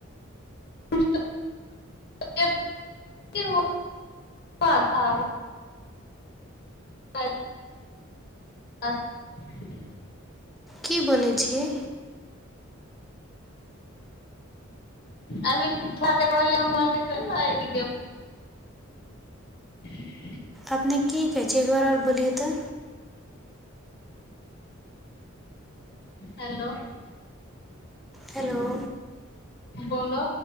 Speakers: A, on the left; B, in the centre.
A: <unintelligible> <unintelligible> <unintelligible>
B: की बोलै छियै
A: अभी थोड़ा देर पहले हम काल करके नही बोलाए कि <unintelligible>
B: अपने की कहै छै एक दुआरे आर बोलियै तऽ
A: हेलो
B: हेलो
A: बोलो